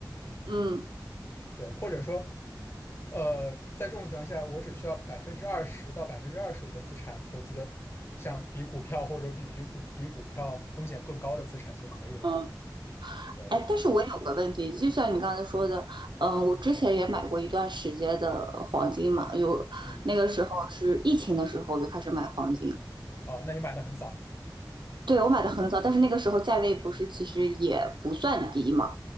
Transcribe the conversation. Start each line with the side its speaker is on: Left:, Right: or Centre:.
Right: 嗯嗯
Left: 对，或者说，呃，在这种情况下，我只需要百分之二十到百分之二十五的资产投资，像比股票或者比比股比股票风险更高的资产就可以了。
Right: 嗯。
Left: 对，
Right: 哎，但是我有个问题，就像你刚才说的，嗯，我之前也买过一段时间的黄金嘛，有那个时候是疫情的时候我就开始买黄金，
Left: 嗯，哦，那你买的很早，
Right: 对，我买的很早，但是那个时候价位不是其实也不算低嘛，